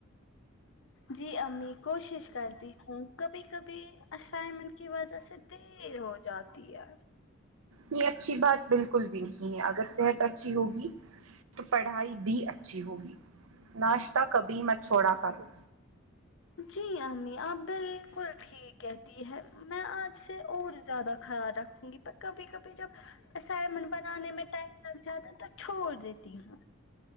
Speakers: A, on the left (about 65°); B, on the right (about 80°).
A: جی امی کوشش کرتی ہوں کبھی کبھی اسائنمنٹ کی وجہ سے دیر ہو جاتی ہے
B: یہ اچھی بات بالکل بھی نہیں اگر صحت اچھی ہوگی تو پڑھائی بھی اچھی ہوگی ناشتہ کبھی میں چھوڑا کروں
A: جی امی آپ بالکل ٹھیک کہتی ہے میں آج سے اور زیادہ خیال رکھوں گی پر کبھی کبھی جب اسائمن بنانے میں ٹائم لگ جاتا تو چھوڑ دیتی ہوں